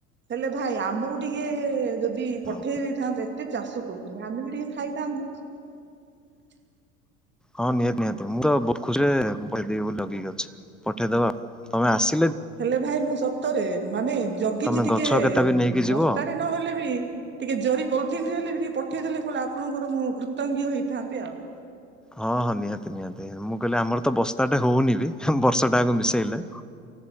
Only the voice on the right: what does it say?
ହେଲେ ଭାଇ ଆମକୁ ଟିକେ ଯଦି ପଠେଇ
ଦେଇଥାନ୍ତେ ଏତେ ଚାଷ କରୁଛନ୍ତି ଆମେ ବି ଟିକେ ଖାଇଥାନ୍ତୁ। <inaudible>
ହେଲେ ଭାଇ ମୁଁ ସତରେ ମାନେ ଜଗିଛି
ଟିକେ
ବସ୍ତାଟେ ନ ହେଲେ ବି। ଟିକେ ଜରି ପଲିଥିିନ ହେଲେ ବି ଟିକେ ପଠେଇ ଦେଲେ କଁଲା ଆପଣଙ୍କର ମୁଁ କୃତଜ୍ଞ ହେଇଥାନ୍ତି ଆଉ।